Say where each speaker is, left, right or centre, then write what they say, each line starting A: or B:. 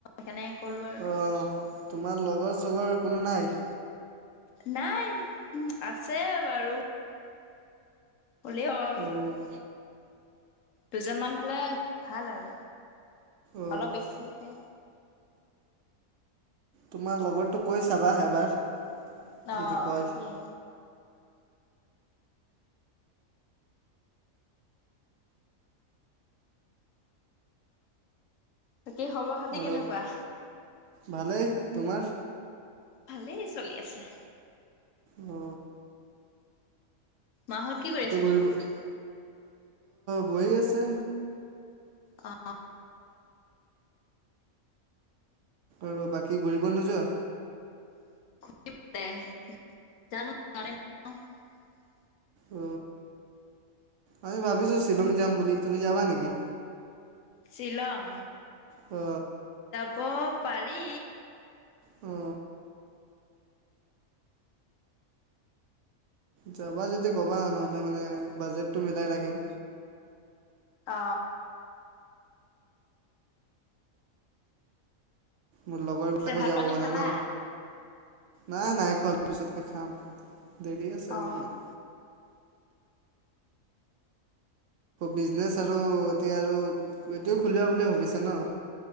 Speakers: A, on the left (about 70°); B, on the right (about 65°).
A: সেইকাৰণে ক'লো আৰু তোমাক।
B: অ তোমাৰ লগৰ চগৰ কোনো নাই।
A: নাই আছে বাৰু। হলেও আৰু।
B: অঁ
A: দুজনমান হলে ভাল আৰু।
B: অঁ
A: অলপ বেছিকে।
B: তোমাৰ লগৰতোক কৈ চাবা এবাৰ।
A: অহ
B: যদি কয়
A: তাকেই। বাকী খবৰ খাতি
B: আৰু
A: কেনেকুৱা?
B: ভালেই তোমাৰ
A: ভালেই চলি আছে।
B: অ।
A: মাহত কি কৰি আছে
B: ঘূৰিব
A: তোমালোকৰ?
B: বহি আছে।
A: অ।
B: আৰু বাকী ঘূৰিব নোযোৱা?
A: <unintelligible>
B: অ আমি ভাবিছো শ্বিলং যাম বুলি তুমি যাবা নেকি?
A: শ্বিলং?
B: অ।
A: যাব পাৰি।
B: অ। যাবা যদি ক'বা নহ'লে মানে বাজেটটো মিলাই ৰাখিম।
A: অ।
B: মোৰ লগৰবিলাকো
A: পিছে ভাত
B: যাব
A: পানী
B: মানে
A: খালা
B: ন। নাই নাইখোৱা পিছতকে খাম। দেৰি আছে অলপমান।
A: অ
B: বিজনেচ আৰু এতিয়া আৰু এইটোৱে খুলিবা বুলি ভাবিছা ন?